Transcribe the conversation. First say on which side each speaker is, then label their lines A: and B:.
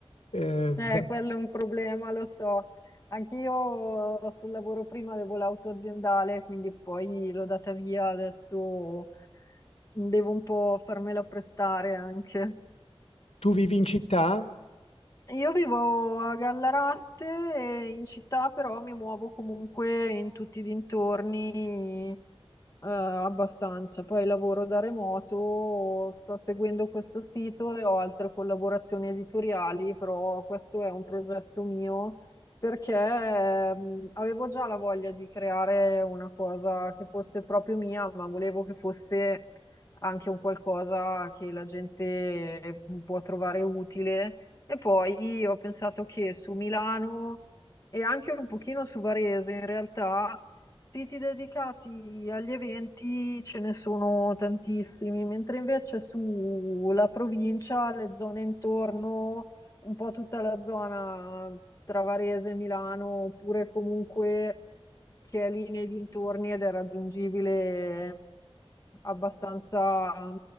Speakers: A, on the left (about 85°); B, on the left (about 30°).
A: Eh, va-
B: Eh, quello è un problema, lo so. Anch'io eh, sul lavoro prima avevo l'auto aziendale, quindi poi l'ho data via, adesso devo un po' farmela prestare anche.
A: tu vivi in città?
B: Io vivo a Gallarate, e in città però mi muovo comunque in tutti i dintorni, eh, abbastanza. Poi lavoro da remoto, sto seguendo questo sito e ho altre collaborazioni editoriali, però questo è un progetto mio perché, ehm, avevo già la voglia di creare una cosa che fosse proprio mia, ma volevo che fosse anche un qualcosa che la gente mm, può trovare utile e poi ho pensato che su Milano e anche un pochino su Varese, in realtà, siti dedicati agli eventi ce ne sono tantissimi, mentre invece sulla provincia, le zone intorno, un po' tutta la zona tra Varese e Milano, oppure comunque che è lì nei dintorni ed è raggiungibile abbastanza